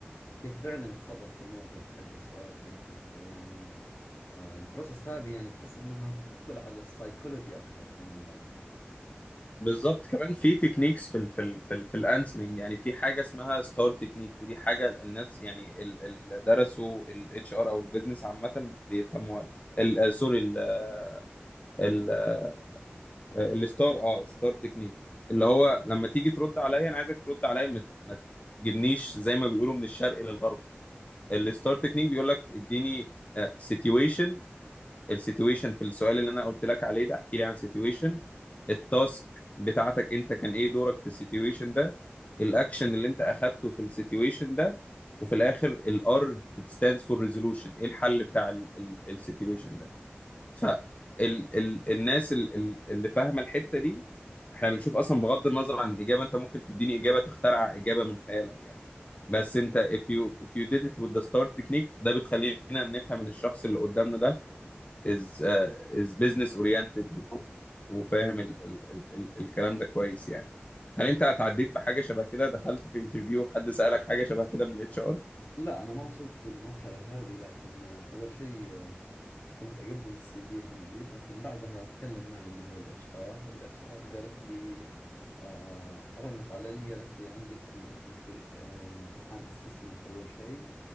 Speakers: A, on the left; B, on the left.
A: كيف فعلا تصرف في الموقف حق السؤال حقك يعني آه، البروسيس هذه يعني تحس انها تدخل على السايكولوجي اكثر كمان بعد
B: بالظبط كمان في تكنيكس في ال في ال في, ال في الانسرنج يعني في حاجه اسمها ستار تكنيك ودي حاجه الناس يعني اللي درسوا الاتش ار او البيزنس عامه بيفهموها ال- آه، سوري ال- آه، ال- آه، الستار اه ستار تكنيك اللي هو لما تيجي ترد عليا انا عايزك ترد عليا ما ت- ما تجيبنيش زي ما بيقولوا من الشرق للغرب الستار تكنيك بيقول لك اديني سيتويشن السيتويشن في السؤال اللي انا قلت لك عليه ده احكي لي عن سيتويشن التاسك بتاعتك انت كان ايه دورك في السيتويشن ده الاكشن اللي انت اخدته في السيتويشن ده وفي الاخر الار stands for resolution ايه الحل بتاع السيتويشن ده ف ال ال الناس ال ال اللي فاهمه الحته دي احنا بنشوف اصلا بغض النظر عن الاجابه انت ممكن تديني اجابه تخترع اجابه من خيالك يعني بس انت if you if you did it with the star technique ده بتخلينا نفهم ان الشخص اللي قدامنا ده از از بزنس اورينتد وفاهم ال ال ال ال الكلام ده كويس يعني هل انت اتعديت بحاجه شبه كده دخلت في انترفيو حد سألك حاجه شبه كده من الاتش ار
A: لا أنا ما وصلت للمرحلة هذه لكن آه، أول شيء آه، كنت أقدم السي في حقي لكن بعدها تكلم معي اللي هو الاتش ار الاتش ار قالت لي آه رنت علي قالت لي عندك م- امت- آه، امتحان اسسمنت أول شيء